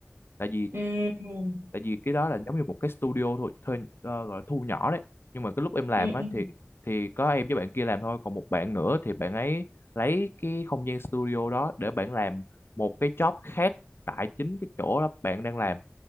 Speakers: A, on the left (about 55°); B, on the right (about 55°).
A: tại vì
B: Ừ, ừ,
A: tại vì cái đó là giống như một cái studio thôi thuê ờ, gọi là thu nhỏ đấy nhưng mà cái lúc em làm
B: ừ.
A: á
B: ừ.
A: thì thì có em với bạn kia làm thôi còn một bạn nữa thì bạn ấy lấy cái không gian studio đó để bạn làm một cái job khác tại chính cái chỗ đó bạn đang làm